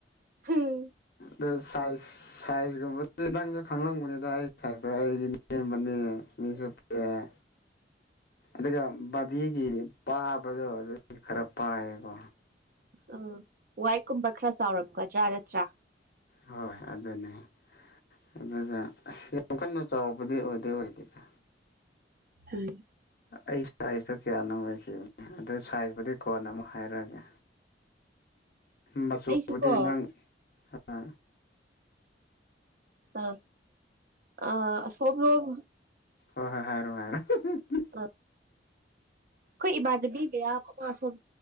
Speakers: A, on the right (about 50°); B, on the left (about 60°).
A: ꯍꯨꯝ
B: ꯅꯪ ꯁꯥꯢ ꯁꯥꯢꯖꯀꯨꯝꯕꯗꯤ ꯅꯪꯁꯨ ꯈꯪꯂꯝꯑꯅꯤꯗ ꯑꯩ ꯁꯥꯢꯖꯇꯣ ꯑꯩꯒꯤ ꯃꯤ ꯅꯦꯝꯕꯅꯤꯅ ꯃꯤꯁꯨꯨ ꯄꯖꯔꯦ ꯑꯗꯨꯒ ꯕꯥꯗꯤꯒꯤ ꯄꯥꯕꯗꯣ ꯑꯗꯨꯗꯤ ꯈꯔ ꯄꯥꯢꯌꯦꯀꯣ
A: ꯎꯝ ꯋꯥꯢꯀꯨꯝꯕ ꯈꯔ ꯆꯥꯎꯔꯛꯒꯗ꯭ꯔꯥ ꯅꯠꯇ꯭ꯔꯥ
B: ꯍꯣꯢ ꯑꯗꯨꯅꯦ ꯑꯗꯨꯗ ꯑꯁ ꯌꯥꯝ ꯀꯟꯅ ꯆꯥꯎꯕꯗꯤ ꯑꯣꯢꯗꯦ ꯑꯣꯢꯗꯦꯗ
A: ꯆꯨꯢ
B: ꯑꯩ ꯁꯥꯢꯖꯇꯣ ꯀꯌꯥꯅꯣ ꯑꯣꯢꯈꯤꯕꯅꯤ ꯑꯗꯨ ꯁꯥꯢꯖꯄꯨꯗꯤ ꯀꯣꯟꯅ ꯑꯃꯨꯛ ꯍꯥꯢꯔꯛꯑꯒꯦ ꯃꯆꯨꯕꯨꯗꯤ
A: ꯑꯩꯁꯨꯀꯣ
B: ꯅꯪ ꯑ
A: ꯑ ꯑꯥ ꯁꯣꯞꯂꯣꯛ
B: ꯍꯣꯢ ꯍꯣꯢ ꯍꯥꯢꯔꯣ ꯍꯥꯢꯔꯣ <unintelligible>
A: ꯑ ꯈꯣꯢ ꯏꯃꯥꯟꯅꯕꯤ ꯃꯌꯥꯝ ꯑꯃ ꯁꯣꯝ